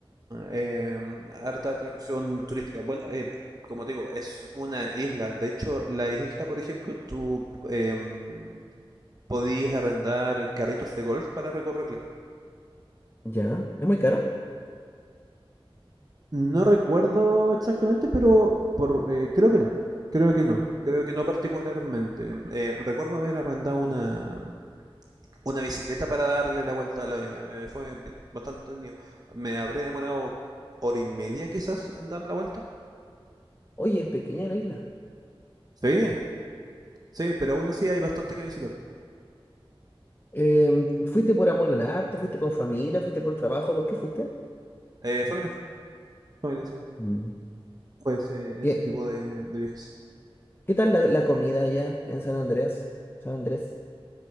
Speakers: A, on the right; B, on the left.
A: em, harta atracción turística. Bueno, eh, como te digo, es una isla. De hecho, la isla, por ejemplo, tú em, podías arrendar eh, carritos de golf para recorrerla.
B: ¿Ya? ¿Es muy caro?
A: No recuerdo exactamente, pero por, eh, creo que no. Creo que no. Creo que no particularmente. Eh, recuerdo haber arrendado una, una bicicleta para darle la vuelta a la isla. Eh, fue bastante tenido. Me habré demorado hora y media quizás en dar la vuelta.
B: Oye, es pequeña la isla.
A: Sí, sí, pero aún así hay bastante que visitar.
B: Em, ¿fuiste por amor al arte? ¿Fuiste con familia? ¿Fuiste por trabajo? ¿Por qué fuiste?
A: Eh, familia, familia, sí.
B: Mm.
A: Fue ese, ese
B: ¿Qué,
A: tipo de, de viajes.
B: qué tal la, la comida allá en San Andrés? San Andrés,